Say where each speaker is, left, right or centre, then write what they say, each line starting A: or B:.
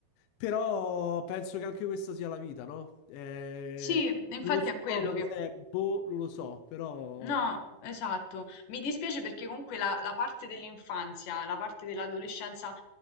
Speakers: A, on the left; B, on the left.
A: Però penso che anche questa sia la vita, no? Eh,
B: Sì, infatti
A: lo scopo
B: è quello che...
A: qual è? Boh, non lo so, però
B: No, esatto. Mi dispiace perché comunque la, la parte dell'infanzia, la parte dell'adolescenza,